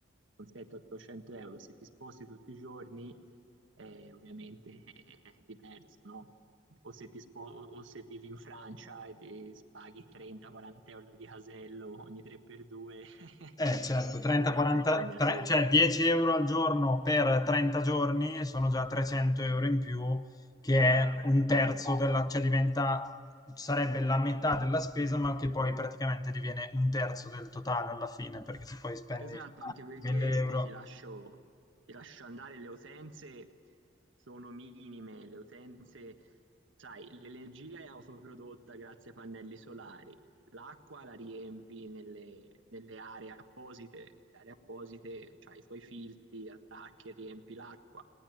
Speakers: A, on the right; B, on the left.
A: con 700-800 euro. Se ti sposti tutti i giorni, eh, ovviamente <laughs> è diverso, no? O se, ti spo- o- o se vivi in Francia e ti- paghi 30-40 euro di casello ogni 3x2, <laughs>
B: Eh, certo, 30-40,
A: diventa impegnativo.
B: tre- cioè 10 euro al giorno per 30 giorni sono già 300 euro in più, che è
A: Bravo,
B: un terzo
A: bravo.
B: della, cioè diventa, sarebbe la metà della spesa, ma che poi praticamente diviene un terzo del totale alla fine, perché se poi spendi
A: Esatto, anche perché
B: 1000 euro...
A: poi ti lascio, ti lascio andare, le utenze sono minime, le utenze, sai, l'energia è autoprodotta grazie ai pannelli solari, l'acqua la riempi nelle, nelle aree apposite, le aree apposite, cioè i tuoi filtri, attacchi, e riempi l'acqua,